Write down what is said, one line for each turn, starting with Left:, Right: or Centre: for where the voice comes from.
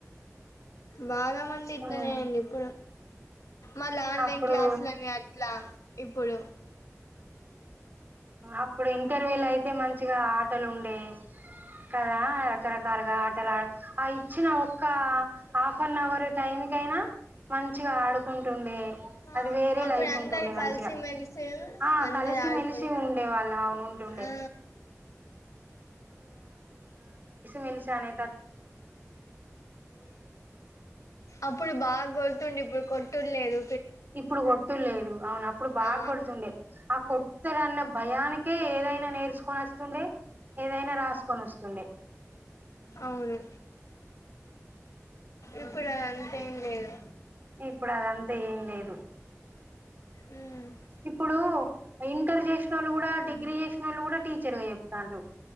Left: బాగా మంది ఇట్లనే
Right: ఉమ్,
Left: ఎండు ఇప్పుడు మళ్ళీ ఆన్లైన్
Right: అప్పుడు
Left: క్లాసులని అట్లా ఇప్పుడు
Right: అప్పుడు ఇంటర్వ్యూలో అయితే మంచిగా ఆటలుండే కదా రకరకాలుగా ఆటలు ఆ ఆ ఇచ్చిన ఒక్క హాఫ్ అన్ అవర్ టైం కైనా మంచిగా ఆడుకుంటు ఉండే
Left: ఆ
Right: అది వేరే
Left: అప్పుడు
Right: లైఫ్
Left: అందరు
Right: ఉంటుండే
Left: కలిసిమెలిసి
Right: మంచిగా ఆ
Left: అందరు
Right: కలిసి
Left: ఆడుకుంటారు
Right: మెలిసి చి ఉండే వాళ్ళ అవును ఉంటుండే
Left: ఆ
Right: మలిషానే
Left: అప్పుడు బాగా కొల్తుండి ఇప్పుడు కొట్ర్లేదు
Right: ఇప్పుడు కొట్టులేదు అవును అప్పుడు బాగా
Left: ఆ
Right: కొడుతుండే ఆ కొట్టటుతాడు అన్న భయానికే ఏదైనా నేర్చుకొని వస్తుండే ఏదైనా రాసుకొని వస్తుండే
Left: అవును ఇప్పుడు అదంతేం లేదు
Right: ఇప్పుడు అదంతా ఏం లేదు
Left: మ్మ్
Right: ఇప్పుడు ఇంటర్ చేసిన వాళ్ళు కూడా డిగ్రీ చేసిన వాళ్ళు కూడా టీచర్ గా చెప్తారు